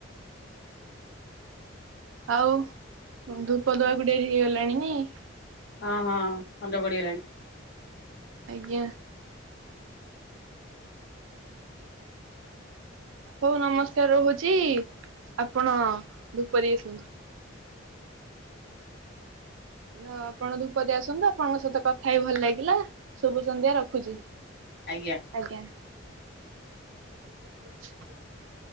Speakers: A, on the right; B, on the left.
A: ଆଉ ଧୂପ ଦବାକୁ ଡେରି ହେଇଗଲାଣି ନେଇ।
B: ହଁ ହଁ ଅନ୍ଦ ପଡିଗଲାଣି।
A: ଆଜ୍ଞା। ହଉ ନମସ୍କାର ରହୁଛି ଆପଣ ଧୂପ ଦେଇ ଆସନ୍ତୁ। ନ ଆପଣ ଧୂପଦେଇ ଆସନ୍ତୁ ଆପଣଙ୍କ ସହିତ କଥା ହେଇି ଭଲ ଲାଗିଲା। ଶୁଭସନ୍ଧ୍ୟା ରଖୁଛି।
B: ଆଜ୍ଞା।
A: ଆଜ୍ଞା। <inaudible>